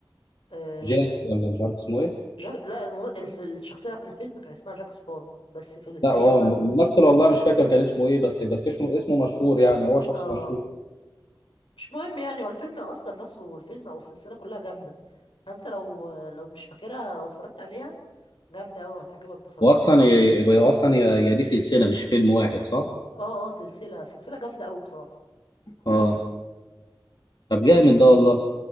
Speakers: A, on the left; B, on the left.
A: آه،
B: جاك ولا مش عارف اسمه ايه
A: جاك لا المم... الف- الشخصيه في الفيلم كان اسمها جاك سبارو بس في الحقيقه
B: لا هو
A: بقى
B: الممثل والله مش فاكر كان اسمه ايه بس بس اسمه اسمه مشهور يعني هو شخص
A: اه
B: مشهور
A: مش مهم يعني هو الفيلم اصلا نفسه الفيلم او السلسله كلها جامده فانت لو لو مش فاكرها واتفرجت عليها جامده قوي هتعجبك بصراحه
B: واصلا ي- يبقى اصلا ي- يا دي سلسله مش فيلم واحد صح
A: اه اه سلسله سلسله جامده قوي بصراحه
B: اه طب جامد ده والله